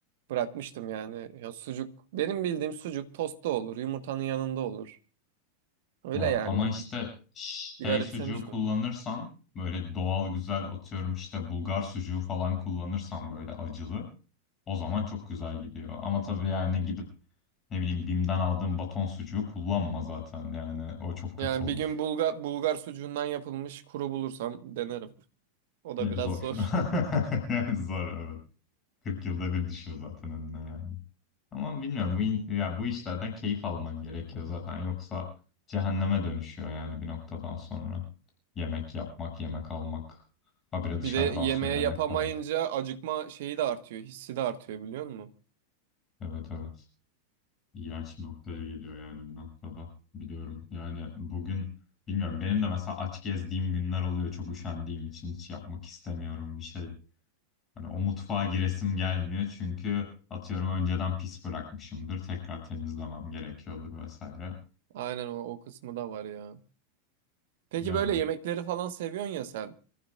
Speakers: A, on the right (about 55°); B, on the left (about 25°).
A: Bırakmıştım yani. Ya sucuk benim bildiğim sucuk tostta olur, yumurtanın yanında olur. Öyle
B: Ya
A: yani
B: ama
A: bir,
B: işte şey
A: bir garipsemiştim.
B: sucuğu kullanırsan böyle doğal güzel atıyorum işte Bulgar sucuğu falan kullanırsan böyle acılı o zaman çok güzel gidiyor. Ama tabii yani gidip ne bileyim Bim'den aldığım baton sucuğu kullanma zaten yani o çok kötü
A: Yani
B: olur.
A: bir gün Bulgar, Bulgar sucuğundan yapılmış kuru bulursam denerim. O
B: Ya,
A: da biraz
B: Zor.
A: zor.
B: <laughs>
A: <laughs>
B: Yani zor evet 40 yılda bir düşüyor zaten önüne yani. Ama bilmiyorum bu in- ya bu işlerden keyif alman gerekiyor zaten yoksa cehenneme dönüşüyor yani bir noktadan sonra. Yemek yapmak, yemek almak, habire dışarıdan
A: Bir de yemeğe
B: söylemek
A: yapamayınca
B: falan.
A: acıkma şeyi de artıyor, hissi de artıyor biliyor musun?
B: Evet evet. İğrenç bir noktaya geliyor yani bir noktada. Biliyorum. Yani bugün bilmiyorum benim de mesela aç gezdiğim günler oluyor çok üşendiğim için hiç yapmak istemiyorum bir şey. Hani o mutfağa giresim gelmiyor çünkü atıyorum önceden pis bırakmışımdır. Tekrar temizlemem gerekiyordur vesaire.
A: Aynen o, o kısmı da var ya. Peki
B: Yani.
A: böyle yemekleri falan seviyorsun ya sen.